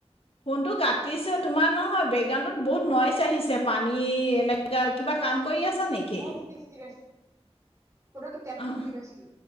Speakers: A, on the left; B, on the right.
A: ফোনটো কাটিছো তোমাৰ নহয় বেকগ্ৰাউণ্ডত বহুত নইচ আহিছে পানী এনেকা কিবা কাম কৰি আছা নেকি?
B: অ থিক আছে পতোককে টেপটো
A: অ'।
B: খুলি পাইছিলো